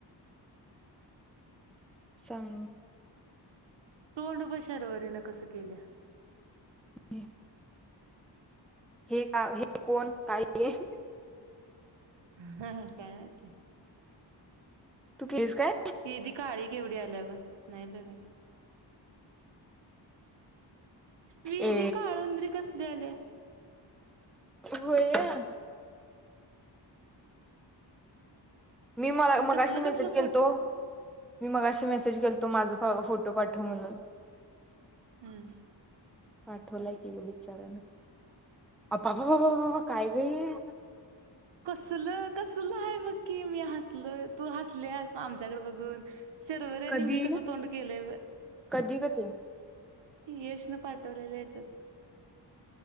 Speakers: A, in the centre; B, on the right.
A: सां
B: तोंड प शरवरे ने कसं केल्या?
A: <unintelligible> हे हे कोण काय ये?
B: हा हा काये ते?
A: तू केस काय
B: किधी काडही केवढ्याल्याला व नाही प म विहिधी
A: ए
B: काळुंद्री कसली आले?
A: होयया मी, मला मगाशी
B: कसलं
A: मेसेज
B: कसलं
A: केलतो.
B: फोडतं
A: मी मगाशी मेसेज केलतो माझ फोटो पाठव म्हणून
B: हम्म
A: पाठवलाय कि यो विचाराणा? अ पपा पपापा पपा काय ग ये?
B: कसल, कसल आहे बघ की मी हसल तू हसलीयास आमच्याकडे बघून, शर्वरे
A: कधी
B: न मी कस तोंड केलय ब
A: कधी ग ते
B: यश न पाठवलेल ह्याच्यात